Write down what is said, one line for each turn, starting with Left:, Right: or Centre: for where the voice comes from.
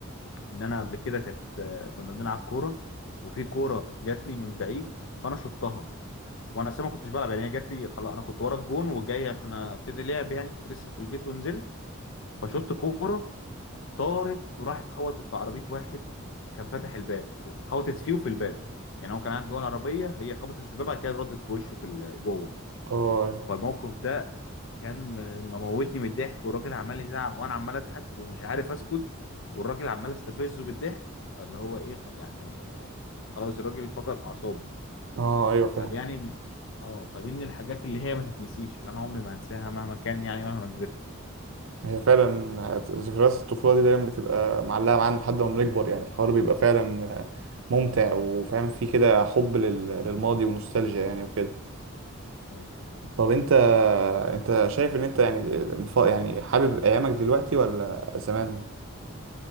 Left: ان انا قبل كده كانت كنا بنلعب كوره وفي كوره جات لي من بعيد فانا شطها وانا أساسا ما كنتش بلعب يعني هي جات لي خلاص انا كنت ورا الجون وجاي عشان ابتدي لعب يعني كنت لسه في البيت ونزلت فشط كوره طارت وراحت خبطت في عربيه واحد كان فاتح الباب خبطت فيه وفي الباب يعني هو كان قاعد جوه العربيه هي خبطت في الباب بعد كده ردت في وشه في ال- جوه
Right: اه
Left: فالموقف ده كان م- مموتني من الضحك والراجل عمال يزعق وانا عمال اضحك ومش عارف اسكت والراجل عمال استفزه بالضحك فاللي هو ايه خ- يعني خلاص الراجل فقد اعصابه
Right: اه ايوه فاهم
Left: فدي يعني اه فدي من الحاجات اللي هي ما تتنسيش اللي انا عمري ما هنساها مهما كان يعني مهما
Right: هي فعلا ذكريات الطفولة دي دايما بتبقى معلقة معانا لحد ما بنكبر يعني الحوار بيبقى فعلا ممتع وفاهم فيه كده حب لل- للماضي ونوستالجيا يعني وكده
Left: كبرت
Right: طب انت انت شايف ان انت يعني مف- يعني حابب ايامك دلوقتي ولا زمان؟